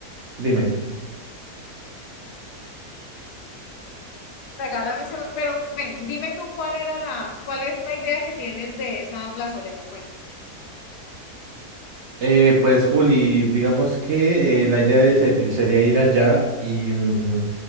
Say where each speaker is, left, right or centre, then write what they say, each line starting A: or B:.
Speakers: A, on the right; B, on the left.
A: Dime.
B: Regálame ese, pero ven, dime tú cuál era la, cuál es la idea que tienes de esa plazoleta,
A: Eh, pues Juli, digamos que eh, la idea de ser- sería ir allá y mm,